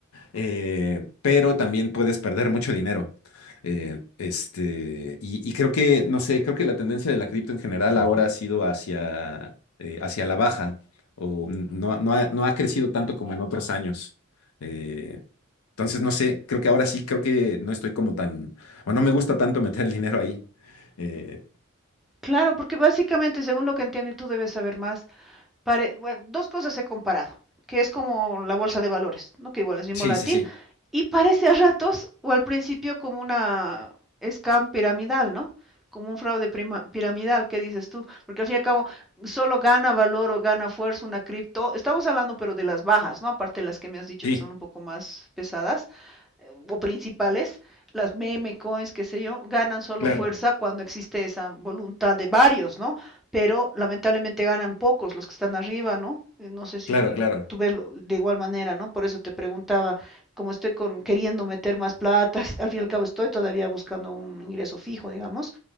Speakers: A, on the left (about 80°); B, in the centre.
A: eh, pero también puedes perder mucho dinero. Eh, este, y, y creo que, no sé, creo que la tendencia de la cripto en general ahora ha sido hacia, eh, hacia la baja, o no, no ha, no ha crecido tanto como en otros años. Eh, entonces, no sé, creo que ahora sí, creo que no estoy como tan, o no me gusta tanto meter el dinero ahí. Eh,
B: Claro, porque básicamente, según lo que entiendo, y tú debes saber más, Pare- bueno, dos cosas he comparado, que es como la bolsa de valores, ¿no? que igual es bien
A: sí,
B: volátil,
A: sí, sí,
B: y parece a ratos o al principio como una scam piramidal, ¿no? como un fraude prima- piramidal, ¿qué dices tú? Porque al fin y al cabo, solo gana valor o gana fuerza una cripto. Estamos hablando, pero de las bajas, ¿no? Aparte de las que me has dicho
A: sí,
B: que son un poco más pesadas eh, o principales, las meme coins, qué sé yo, ganan solo
A: claro,
B: fuerza cuando existe esa voluntad de varios, ¿no? Pero lamentablemente ganan pocos los que están arriba, ¿no? Eh, No sé si
A: claro, claro.
B: tú ves de igual manera, ¿no? Por eso te preguntaba, como estoy con, queriendo meter más plata, <laughs> al fin y al cabo estoy todavía buscando un ingreso fijo, digamos,